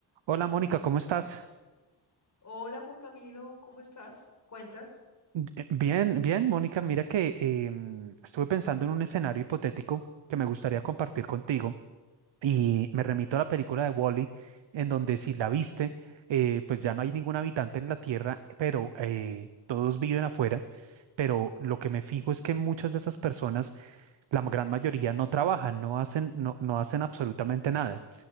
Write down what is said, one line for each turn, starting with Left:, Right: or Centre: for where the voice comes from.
Right: Hola Mónica, ¿cómo estás?
Left: Hola Juan Camilo, ¿cómo estás? ¿Cuentas?
Right: Eh, Bien, bien, Mónica, mira que eh, mm, estuve pensando en un escenario hipotético que me gustaría compartir contigo y me remito a la película de Wall-E, en donde si la viste, eh, pues ya no hay ningún habitante en la Tierra, pero eh, todos viven afuera, pero lo que me fijo es que muchas de esas personas, la gran mayoría, no trabajan, no hacen, no, no hacen absolutamente nada.